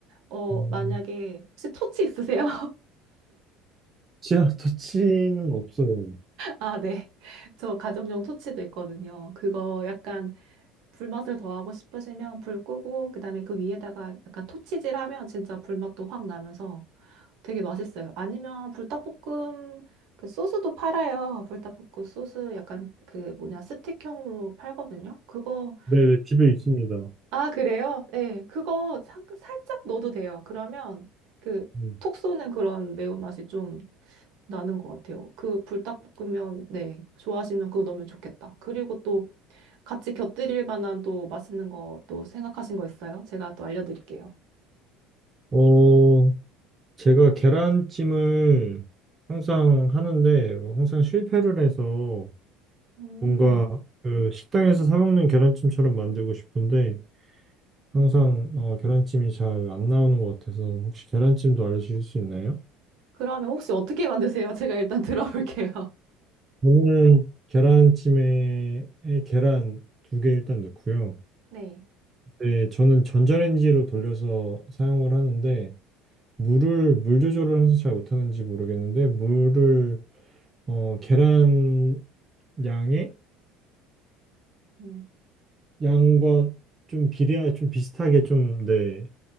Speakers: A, on the right (about 70°); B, on the right (about 30°).
A: 어
B: 음,
A: 만약에 혹시 토치 있으세요?
B: 아 터치는 없어요.
A: 아, 네. <laughs> 저 가정용 토치도 있거든요. 그거 약간 불맛을 더하고 싶으시면 불 끄고, 그 다음에 그 위에다가 약간 토치질 하면 진짜 불맛도 확 나면서 되게 맛있어요. 아니면 불닭볶음 그 소스도 팔아요. 불닭볶음 소스 약간 그 뭐냐, 스틱형으로 팔거든요. 그거,
B: 네, 네, 집에 있습니다.
A: 아, 그래요? 네. 그거 살- 살짝 넣어도 돼요. 그러면 그
B: 음.
A: 톡 쏘는 그런 매운맛이 좀 나는 것 같아요. 그 불닭볶음면, 네, 좋아하시면 그거 넣으면 좋겠다. 그리고 또 같이 곁들일 만한 또 맛있는 거 또 생각하신 거 있어요? 제가 또 알려드릴게요.
B: 어, 제가 계란찜을 항상 하는데, 항상 실패를 해서
A: 음,
B: 뭔가 그 식당에서 사 먹는 계란찜처럼 만들고 싶은데, 항상 어, 계란찜이 잘 안 나오는 것 같아서, 혹시 계란찜도 알려주실 수 있나요?
A: 그러면 혹시 어떻게 만드세요? 제가 일단 <laughs> 들어볼게요.
B: 저는 계란찜에 계란 두 개 일단 넣고요.
A: 네.
B: 네, 저는 전자레인지로 돌려서 사용을 하는데 물을 물 조절을 항상 잘 못하는지 모르겠는데 물을 어, 계란 양의
A: 음,
B: 양과 좀 비례하 좀 비슷하게 좀 네,